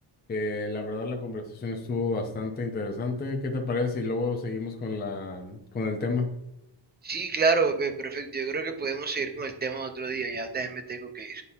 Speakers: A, on the left; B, on the right.
A: Eh, la verdad la conversación estuvo bastante interesante. ¿Qué te parece si luego seguimos con la con el tema?
B: Sí, claro, eh, perfecto. Yo creo que podemos seguir con el tema otro día. Ya también me tengo que ir.